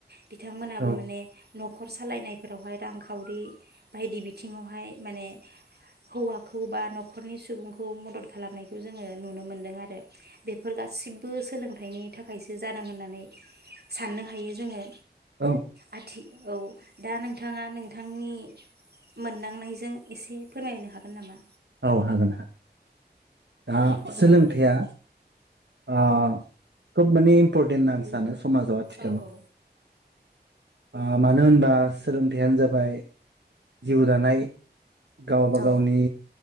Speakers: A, on the right; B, on the right.
A: बिथांमोनाबो
B: औ
A: माने न'खर सालायनायफोरावहाय रांखावरि बायदि बिथिङावहाय माने हौवाखौ बा न'खरनि सुबुंखौ मदद खालामनायखौ जोङो नुनो मोनदों आरो बेफोर गासिबो सोलोंथाइनि थाखायसो जादों होननानै साननो हायो जोङो।
B: औ
A: आथि औ दा नोंथाङा नों थांनि मोनदांनायजों एसे फोरमायनो हागोन नामा?
B: औ हागोन हागोन दा
A: औ
B: सोलोंथाया
A: दे
B: अ खोब माने इम्पर्टेन्ट होनना आं सानो समाजाव आथिखालाव।
A: औ औ
B: ओ मानो होनबा सोलोंथाइयानो जाबाय जिउ दानाय गावबा
A: औ
B: गावनि